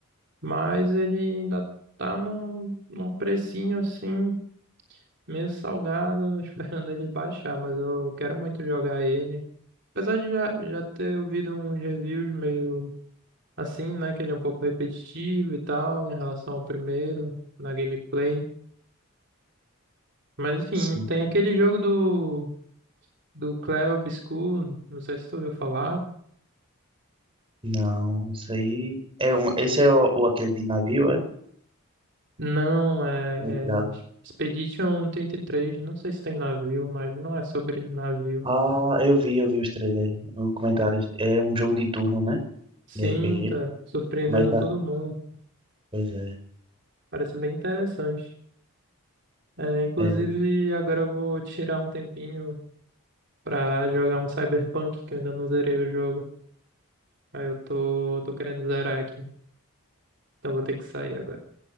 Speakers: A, on the right (about 50°); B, on the right (about 25°).
A: mas ele ainda tá num, num precinho assim, meio salgado, <laughs> esperando ele baixar, mas eu quero muito jogar ele. Apesar de já, já ter ouvido uns reviews meio assim, né? Que ele é um pouco repetitivo e tal, em relação ao primeiro, na gameplay. Mas enfim,
B: Sim.
A: tem aquele jogo do, do Clair Obscur, não sei se tu ouviu falar.
B: Não, isso aí é um, esse é o, o aquele de navio, é?
A: Não, é,
B: De pirata.
A: é Expedition 33, não sei se tem navio, mas não é sobre navio.
B: Ah, eu vi, eu vi os trailers, os comentários. É um jogo de turno, né?
A: Sim,
B: De RPG.
A: tá surpreendendo
B: Mas tá,
A: todo mundo.
B: pois é.
A: Parece bem interessante. É, inclusive,
B: É,
A: agora eu vou tirar um tempinho pra jogar um Cyberpunk, que eu ainda não zerei o jogo. Aí eu tô, tô querendo zerar aqui. Então vou ter que sair agora.